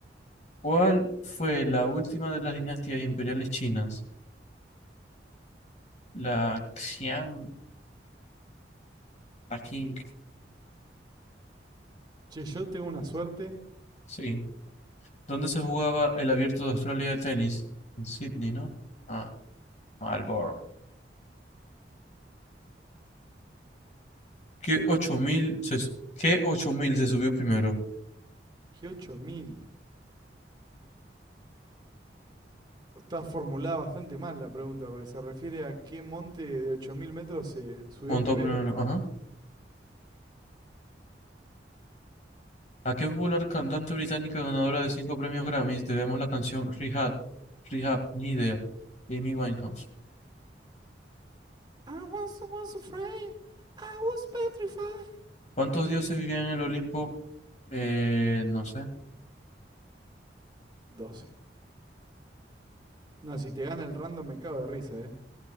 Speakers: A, on the left (about 40°); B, on the right (about 25°).
A: ¿Cuál fue la última de las dinastías imperiales chinas? La Xiang, la Qing.
B: Che, yo tengo una suerte
A: Sí. ¿Dónde se jugaba el Abierto de Australia de tenis? En Sydney, ¿no? Ah, Melbourne. ¿Qué ocho mil se, su- qué 8000 se subió primero?
B: que ocho mil. Está formulada bastante mal la pregunta, porque se refiere a qué monte de 8000 metros se subió
A: Montó
B: primero.
A: primero, ajá. ¿A qué popular cantante británica ganadora de cinco premios Grammys debemos la canción Rehab? Rehab, ni idea. Amy Winehouse.
B: I was, was afraid. I was petrified.
A: ¿Cuántos dioses vivían en el Olimpo? Eh, no sé.
B: Doce. No, si te gana el random me cago de risa, ¿eh?